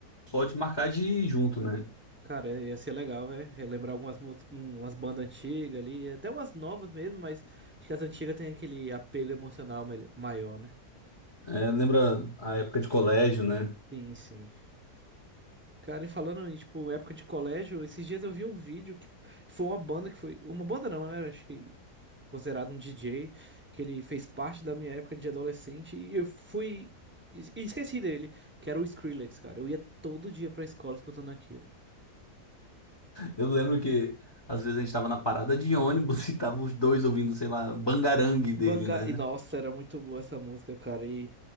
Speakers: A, on the left (about 25°); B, on the right (about 20°).
A: pode marcar de ir junto, né?
B: Cara, é, ia ser legal, né? Relembrar algumas mús- um- umas bandas antigas ali, até umas novas mesmo, mas acho que as antigas têm aquele apego emocional melho- maior, né?
A: É, lembra a época de colégio, né?
B: Sim, sim. Cara, e falando em, tipo, época de colégio, esses dias eu vi um vídeo que foi uma banda que foi. Uma banda não, né? Acho que considerado um DJ, que ele fez parte da minha época de adolescente e eu fui. es- Esqueci dele, que era o Skrillex, cara. Eu ia todo dia pra escola escutando aquilo.
A: Eu lembro que às vezes a gente tava na parada de ônibus <laughs> e tava os dois ouvindo, sei lá, bangarangue
B: Banga...
A: dele, né?
B: E nossa, era muito boa essa música, cara. E